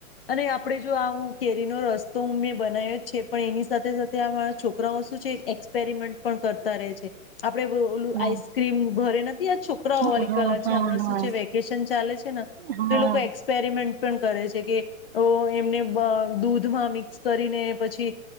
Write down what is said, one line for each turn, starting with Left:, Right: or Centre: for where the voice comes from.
Left: અને આપડે જો આવું કેરીનો રસ્તો. તો હું મેં બનાવ્યો જ છે પણ એની સાથે સાથે આમારા છોકરાઓ શું છે એક્સપેરિમેન્ટ પણ કરતા રહે છે. આપડે બોલું
Right: હા
Left: આઈસક્રીમ ઘરે નથી. <inaudible> છોકરાઓ
Right: હા
Left: વાળી કલા
Right: હા
Left: છે
Right: હા
Left: હમણાં શું છે વેકેશન ચાલે છે ને
Right: હા
Left: તો એ લોકો એક્સપેરિમેન્ટ પણ. કરે છે કે અ કેબ દૂધમાં મિક્સ કરીને.? પછી